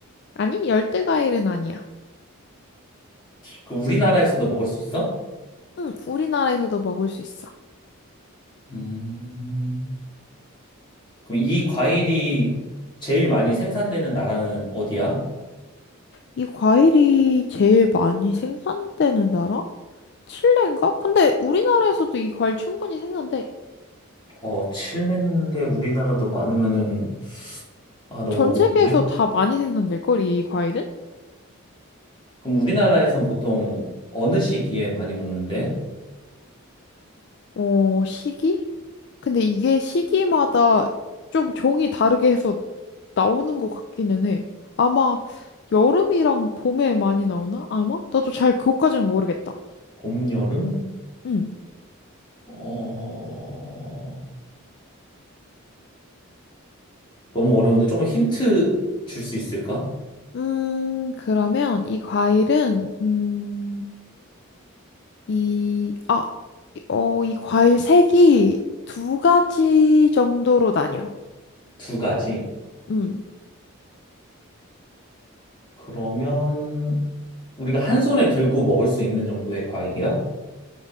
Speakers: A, on the left; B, on the left.
A: 아니 열대 과일은 아니야.
B: 그럼 우리나라에서도 먹을 수 있어?
A: 응. 우리나라에서도 먹을 수 있어.
B: 음, 그럼 이 과일이 제일 많이 생산되는 나라는 어디야?
A: 이 과일이 제일 많이 생산되는 나라? 칠레인가? 근데 우리나라에서도 이 과일 충분히 생산돼.
B: 어, 칠레인데 우리나라도 많으면은, 아, 너무
A: 전
B: 어려운데?
A: 세계에서 다 많이 생산될걸 이 과일은?
B: 그럼 우리나라에선 보통 어느 시기에 많이 먹는데?
A: 어, 시기? 근데 이게 시기마다 좀 종이 다르게 해서 나오는 것 같기는 해. 아마 여름이랑 봄에 많이 나오나? 아마? 나도 잘 그것까지는 모르겠다.
B: 봄, 여름?
A: 음.
B: 어, 너무 어려운데 조금 힌트 줄 수 있을까?
A: 음, 그러면 이 과일은, 음, 이, 아, 이- 어, 이 과일 색이 두 가지 정도로 나뉘어.
B: 두 가지.
A: 음,
B: 그러면 우리가 한 손에 들고 먹을 수 있는 정도의 과일이야?